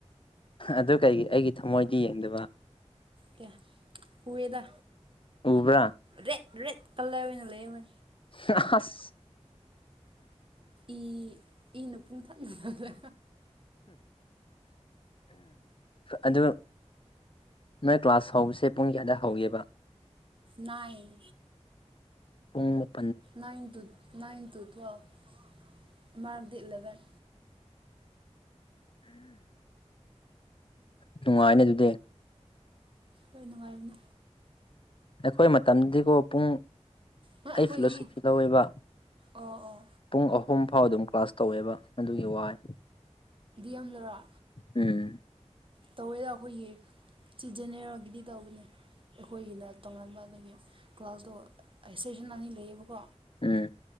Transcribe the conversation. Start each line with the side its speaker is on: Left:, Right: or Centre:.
Left: ꯑꯗꯨ ꯀꯩꯒꯤ ꯑꯩꯒꯤ ꯊꯃꯣꯏꯗꯤ ꯌꯦꯡꯗꯕ
Right: ꯀ ꯎꯌꯦꯗ
Left: ꯎꯕ꯭ꯔꯥ
Right: ꯔꯦꯗ ꯔꯦꯗ ꯀꯥꯂꯔ ꯑꯣꯏꯅ ꯂꯩꯌꯦ
Left: ꯍꯥ ꯍ ꯑꯁ
Right: ꯏ ꯏꯅ ꯄꯨꯡ ꯊꯥꯛꯅꯂꯦ
Left: ꯑꯗꯨ ꯅꯣꯏ ꯀ꯭ꯂꯥꯁ ꯍꯧꯕꯁꯦ ꯄꯨꯡ ꯀꯌꯥꯗ ꯍꯧꯒꯦꯕ
Right: ꯅꯥꯏꯟ
Left: ꯑꯝ
Right: nine two nine two twelve mark ꯑꯃꯗꯤ ꯏꯂꯚꯦꯟ
Left: ꯅꯨꯡꯉꯥꯏꯅꯤ ꯑꯗꯨꯗꯤ
Right: ꯍꯣꯏ ꯅꯨꯡꯉꯥꯏꯅꯦ
Left: ꯑꯈꯣꯏ ꯃꯇꯝꯗꯤꯀꯣ ꯄꯨꯡ
Right: ꯍꯣꯏ
Left: ꯑꯩ
Right: ꯑꯩꯈꯣꯏꯗꯤ
Left: ꯄꯂꯥꯁ ꯂꯧꯋꯦꯕ
Right: ꯑꯣ ꯑꯣ
Left: ꯄꯨꯡ ꯑꯍꯨꯝ ꯐꯥꯎ ꯑꯗꯨꯝ ꯀ꯭ꯂꯥꯁ ꯇꯧꯋꯦꯕ ꯑꯗꯨꯒꯤ ꯋꯥꯏ
Right: ꯌꯥꯝꯗꯔ
Left: ꯎꯝ
Right: ꯇꯧꯋꯦꯗ ꯑꯈꯣꯏꯒꯤ ꯁꯤꯖꯤꯟꯅꯔꯒꯤꯗꯤ ꯇꯧꯕꯅꯦ ꯑꯈꯣꯏꯒꯤꯅ ꯇꯣꯉꯥꯟꯕ ꯑꯗꯒꯤ ꯀ꯭ꯂꯥꯁꯇꯣ ꯏꯁꯇꯦꯁꯟ ꯑꯅꯤ ꯂꯩꯌꯦꯕꯀꯣ
Left: ꯎꯝ